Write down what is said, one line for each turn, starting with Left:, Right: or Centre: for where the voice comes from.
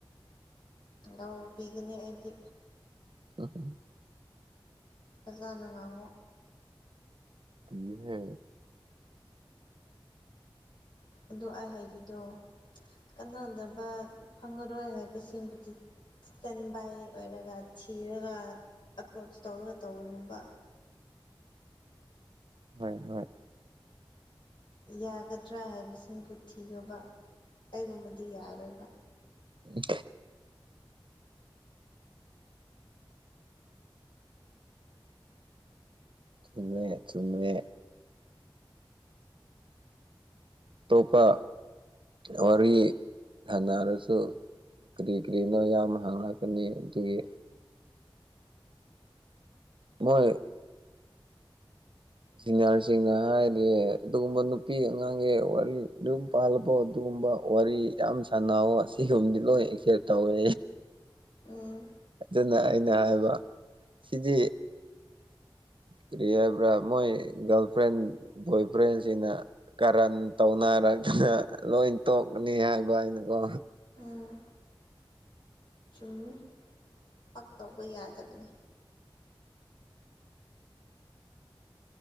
Left: ꯂꯧꯕꯤꯒꯅꯤ ꯑꯩꯗꯤ꯫
Right: ꯎꯝ꯫
Left: ꯐꯖꯥꯅ ꯉꯥꯡꯉꯣ꯫
Right: ꯏꯍꯦ꯫
Left: ꯑꯗꯣ ꯑꯩ ꯍꯥꯏꯔꯤꯗꯣ ꯀꯥꯟꯅꯗꯕ ꯐꯪꯉꯔꯣꯏ ꯍꯥꯏꯕꯁꯤꯡꯗꯨꯗꯤ꯫ ꯏꯁꯇꯟ ꯕꯥꯏ ꯑꯣꯏꯔꯒ ꯊꯤꯔꯒ ꯑꯦꯄ꯭ꯔꯣꯆ ꯇꯧꯔꯒ ꯇꯧꯒꯅꯨꯕ꯫
Right: ꯍꯣꯏ ꯍꯣꯏ꯫
Left: ꯌꯥꯒꯗ꯭ꯔꯥ ꯍꯥꯏꯕꯁꯤꯡꯕꯨ ꯊꯣꯌꯣꯕ ꯑꯩꯒꯨꯝꯕꯗꯤ ꯌꯥꯔꯣꯏꯕ꯫
Right: ꯎꯝ ꯆꯨꯝꯃꯦ ꯆꯨꯝꯃꯦ ꯑꯇꯣꯞꯄ ꯋꯥꯔꯤ ꯁꯥꯟꯅꯔꯁꯨ ꯀꯔꯤ ꯀꯔꯤꯅꯣ ꯌꯥꯝ ꯍꯥꯡꯉꯛꯀꯅꯤ ꯑꯗꯨꯒꯤ ꯃꯣꯏ ꯁꯤꯅꯤꯌꯥꯔꯁꯤꯡꯅ ꯍꯥꯏꯔꯗꯤ ꯑꯗꯨꯒꯨꯝꯕ ꯅꯨꯄꯤ ꯑꯉꯥꯡꯒꯤ ꯋꯥꯔꯤ ꯑꯗꯨꯝ ꯄꯥꯜꯕꯣ ꯑꯗꯨꯒꯨꯝꯕ ꯋꯥꯔꯤ ꯌꯥꯝ ꯁꯥꯟꯅꯕꯋ ꯑꯁꯤꯒꯨꯝꯕꯗꯤ ꯂꯣꯏ ꯑꯦꯛꯁꯦꯞ ꯇꯧꯋꯦ
Left: ꯎꯝ
Right: ꯑꯗꯨꯅ ꯑꯩꯅ ꯍꯥꯏꯕ ꯁꯤꯗꯤ ꯀꯔꯤ ꯍꯥꯏꯕ꯭ꯔꯥ ꯃꯣꯏ ꯒꯥꯔꯜ ꯐ꯭ꯔꯦꯟ ꯕꯣꯏ ꯐ꯭ꯔꯦꯟꯁꯤꯅ ꯀꯔꯟ ꯇꯧꯅꯔꯛꯇꯅ ꯂꯣꯏ ꯇꯣꯛꯅꯤ ꯍꯥꯏꯕ ꯑꯩꯅꯀꯣ
Left: ꯎꯝ ꯆꯨꯝꯃꯦ ꯄꯛ ꯇꯧꯕ ꯌꯥꯗꯕꯅꯤ